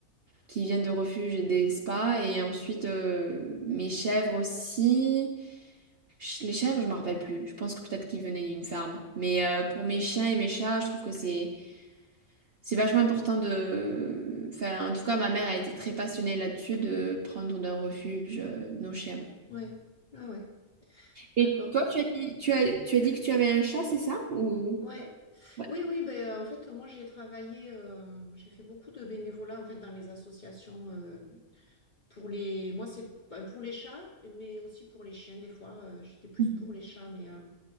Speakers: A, on the right (about 55°); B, on the left (about 40°).
A: qui viennent de refuges et des spas. Et ensuite, euh, mes chèvres aussi. Ch- Les chèvres, je me rappelle plus. Je pense que peut-être qu'ils venaient d'une farme. Mais euh, pour mes chiens et mes chats, je trouve que c'est c'est vachement important de. Enfin, en tout cas, ma mère a été très passionnée là-dessus de prendre d'un refuge euh, nos chiens.
B: ouais, ouais, ouais.
A: Et
B: D'accord.
A: toi, tu as dit, tu as, tu as dit que tu avais un chat, c'est ça? Ou...
B: Ouais.
A: Ouais.
B: Oui, oui, ben, euh, en fait, moi, j'ai travaillé, euh, j'ai fait beaucoup de bénévolat, en fait, dans les associations. euh, Pour les, moi, c'est bah, pour les chats, mais aussi pour les chiens, des fois. euh, j'étais plus
A: Mhm.
B: pour les chats, mais, euh,